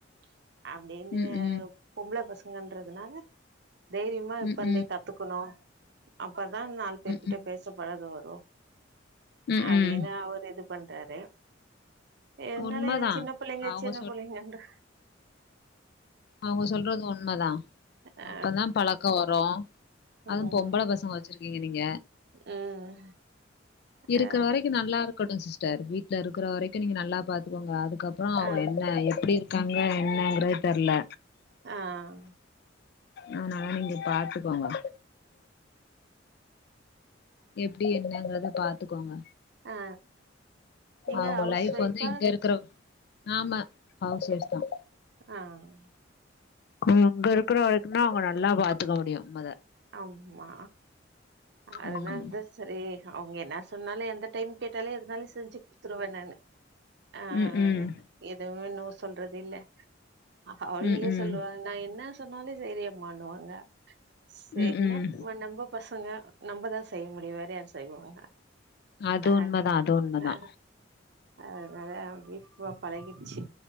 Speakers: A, on the right (about 60°); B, on the left (about 55°).
A: செ அப்டின்னு
B: ம்ஹ்ம்.
A: பொம்பள பசங்கன்றதுனால தைரியமா இப்பந்தே
B: ம்ஹ்ம்.
A: கத்துக்கணு அப்பதான் நாலு பேர்
B: ம்ஹ்ம்.
A: கிட்ட பேச பழக வரு லோ
B: ம்ஹ்ம்.
A: அப்டின்னு அவரு இது பண்றாரு இருந்தாலு
B: உண்மதா.
A: எனக்கு சின்ன புள்ளைங்க
B: அவங்க
A: சின்ன புள்ளைங்கண்ற
B: அவுங்க சொல்றது உண்மதா
A: ஆ
B: அப்பதான் பழக்கோ வரோ
A: ம்
B: அதும் பொம்பள பசங்க வச்சிருக்கீங்க நீங்க
A: ம்
B: இருக்குற
A: ஆ
B: வரைக்கு நல்லா இருக்கட்டும் சிஸ்டர் வீட்ல இருக்கிற வரைக்கும் நீங்க நல்லா பாத் த்துக்கோங்க அதுக்கப்புற அவங்க
A: ஆ
B: என்ன எப்படி இருக்காங்க என்னங்கறது தெர்ல
A: ஆஹ்
B: ஆனாலு நீங்க பாத்துக்கோங்க எப்டி என்னங்கிறத பாத்துக்கோங்க
A: ஆ நீங்க
B: அவுங்க
A: ஹவுஸ்
B: லைஃப்
A: ஒய்ஃபா
B: வந்து இங்க இருக்கிற ஆமா அவ் செர்தா
A: ஆஹ்
B: இங்க இருக்கிற வரைக்குந்தா அவங்க நல்லா பாத்துக்க முடியு மொத
A: ம்மா அதனால
B: ம்
A: தா செரி அவுங்க என்ன சொன்னாலும் எந்த டைம் கேட்டாலு எதுனாலும் செஞ்சு குடுத்துருவே நானு ஆஹ்
B: ம் ம்
A: எதுவ்மே னோ சொல்றது இல்ல ஹ அவளுங்களே
B: ம்
A: சொல்லுவாங்க
B: ம்
A: நா என்ன சொன்னாலு செய்றியேம்மாண்ணுவாங்க செரினா
B: ம் ம்
A: ன்னப் நம்ப பசங்க நம்மதா செய்ய முடியு வேற யாரு செய்வாங்க
B: அது
A: ஆ
B: உண்மதா அது உண்மதா
A: ஆ அதனால அப்டி போ பழகிடுச்சு